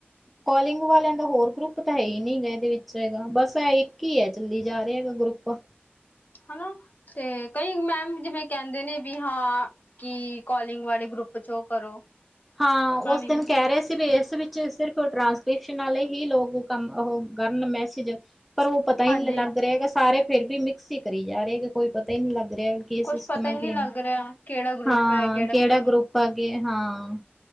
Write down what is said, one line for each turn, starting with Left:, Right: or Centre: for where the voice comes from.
Centre: ਕੋਲਿੰਗ ਵਾਲਿਆਂ ਦਾ ਹੋਰ ਗਰੁੱਪ ਤਾਂ ਹੈ ਹੀ ਨੀ ਹੈਗਾ ਇਹਦੇ ਵਿੱਚ ਹੈਗਾ ਬਸ ਐ ਇੱਕ ਹੀ ਹੈ ਚੱਲੀ ਜਾ ਰਿਹਾ ਹੈਗਾ ਗਰੁੱਪ।
Left: ਹਨਾ ਤੇ ਕਈ ਮੈਮ ਜਿਵੇਂ ਕਹਿੰਦੇ ਨੇ ਵੀ ਹਾ ਕਿ ਕਾਲਿੰਗ ਵਾਲੇ ਗਰੁੱਪ ਚੋ ਔ ਕਰੋ।
Centre: ਹਾਂ
Left: ਪਤਾ
Centre: ਉਸ
Left: ਨੀ
Centre: ਦਿਨ ਕਹ ਰੇ ਸੀ। ਏਸ ਵਿੱਚ ਸਿਰਫ ਟ੍ਰਾਂਸਕ੍ਰਿਪਸ਼ਨ ਆਲੇ ਹੀ ਲੋਕ ਕੰਮ ਉਹੋ ਕਰਨ ਮੈਸੇਜ। ਪਰ ਔ ਪਤਾ ਹੀ
Left: ਹਾਂਜੀ
Centre: ਲੱਗ ਰਿਆ ਗਾ ਸਾਰੇ ਫੇਰ ਵੀ ਮਿਕਸ ਹੀ ਕਰੀ ਜਾ ਰੇ ਕੋਈ ਪਤਾ ਹੀ ਨੀ ਲੱਗ ਰਿਹਾ। ਕੀ
Left: ਕੁਛ
Centre: ਸਿਸਟਮ
Left: ਪਤਾ
Centre: ਹੈ
Left: ਹੀ
Centre: ਕੀ
Left: ਨਹੀਂ ਲੱਗ
Centre: ਨੀ,
Left: ਰਿਹਾ ਕਿਹੜਾ ਗਰੁੱਪ
Centre: ਹਾਂ
Left: ਹੈ
Centre: ਕਿਹੜਾ
Left: ਨਹੀਂ
Centre: ਗਰੁੱਪ ਅਗੇ ਹਾਂ।